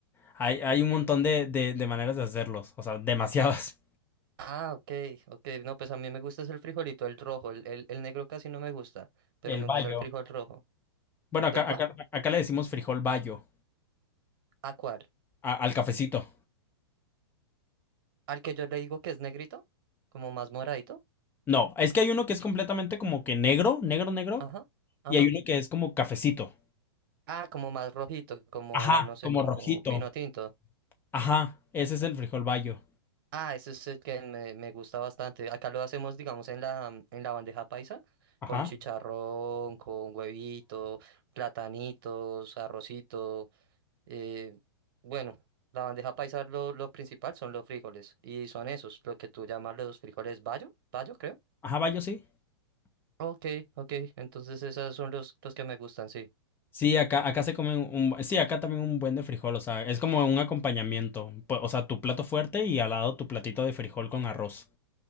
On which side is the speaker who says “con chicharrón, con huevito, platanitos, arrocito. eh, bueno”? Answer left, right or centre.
Right